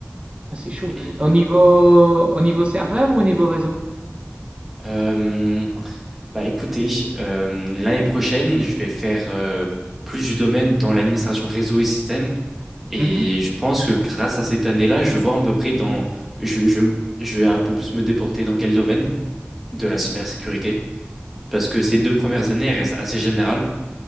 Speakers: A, on the right; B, in the centre.
A: Ah, c'est chaud.
B: Et
A: Au niveau, au niveau serveur ou au niveau réseau?
B: euh, Bah écoutez, euh, l'année prochaine, je vais faire euh, plus du domaine dans l'administration réseau et système. Et
A: Mhm.
B: je pense que grâce à cette année-là, je vais voir à peu près dans... Je, je, je vais un peu plus me déporter dans quel domaine de la cybersécurité. Parce que ces deux premières années, elles restent assez générales.